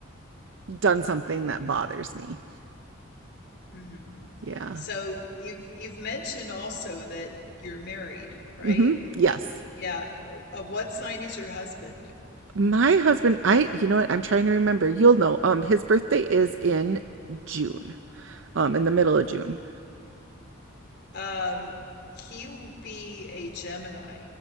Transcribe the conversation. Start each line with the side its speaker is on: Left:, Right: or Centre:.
Right: done something that bothers me.
Left: hmm
Right: Yeah.
Left: So you've you've mentioned also that you're married, right?
Right: hmm Yes.
Left: Yeah. Uh, what sign is your husband?
Right: My husband, I you know what? I'm trying to remember. You'll know. Um, his birthday is in June. Um, in the middle of June.
Left: Um, he would be a Gemini.